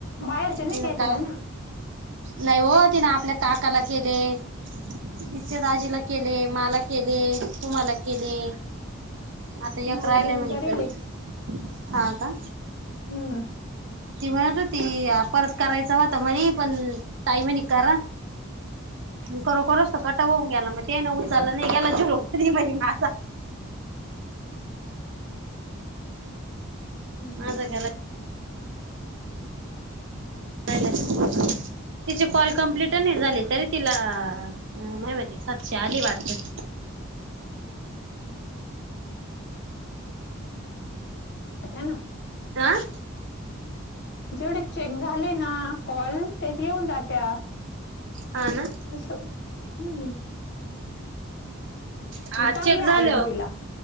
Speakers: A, on the left; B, on the right.
A: बाहेरचे नाही
B: ति न
A: घेतल्या
B: का
A: ना
B: नाही हो तिने आपल्या काकाला केले. तिच्या दाजीला केले मला केले तूमला केले. आता या
A: मला
B: क रायला
A: दोन
B: म्ह
A: करेले
B: कडे हा का?
A: हम्म.
B: ती म्हणत हो ती परत करायचं वाता म्हणे पण ताईमनी करा. खरोखरचत कट होऊन गेला मग ते ना उचालला नाही गेला शुर म्ह माझा
A: हम्म.
B: माझागला. कायलात. तिची कॉल कम्प्लिट नाही झाली तरी तिला अ माहि माती सातशे आली वाटते.
A: आता ना.
B: आह.
A: जेवढे चेक झाले ना कॉल तेच येऊन जात्या.
B: ह ना.
A: तसं हम्.
B: आ
A: चांगले
B: चेक झाल
A: आले
B: हो.
A: ना तिला